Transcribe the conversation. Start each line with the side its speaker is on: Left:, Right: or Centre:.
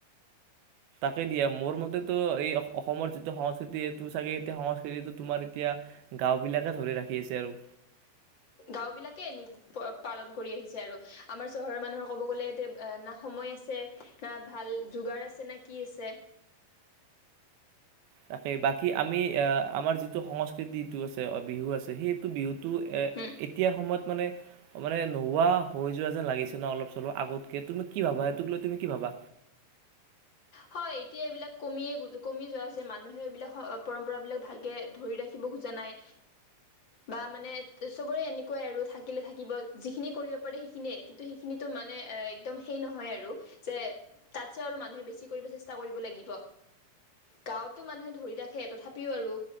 Right: তাকে দিয়া মোৰ মতেতো এই অসমৰ যিটো সংস্কৃতি সেইটো চাগে এ সংস্কৃতিটো তোমাৰ এতিয়া গাঁও বিলাকে ধৰি ৰাখি আছে আৰু।
Left: গাঁওবিলাকে এ নি পালন কৰি আহিছে আৰু। আমাৰ চহৰৰ মানুহৰ ক'ব গ'লে এতে না সময় আছে না ভাল যোগাৰ আছে, না কি আছে?
Right: তাকেই বাকী আমি আহ আমাৰ যিটো সংস্কৃতিটো আছে, বিহু আছে সেইটো বিহুত তো
Left: হম
Right: এতিয়াৰ সময়ত মানে মানে নোহোৱা হৈ যোৱা যেন লাগিছে ন অলপ চলপ আগতকে তুমি কি ভাবা সেইটোক লৈ তুমি কি ভাবা
Left: হয় এতিয়া এইবিলাক কমিয় কমি যোৱা হৈছে মানুহে এইবিলাক পৰম্পৰা বিলাক ভালকে ধৰি ৰাখিব খোজা নাই বা মানে চবৰে এনেকুৱাই আৰু থাকিলে থাকিব যিখিনি কৰিব পাৰে সেইখিনিয়ে কিন্তু সেইখিনিতো মানে একদম সেই নহয় আৰু যে তাতছে আৰু মানুহে বেছি চেষ্টা কৰিব লাগিব গাঁৱতো মানুহে ধৰি ৰাখে তথাপিও আৰু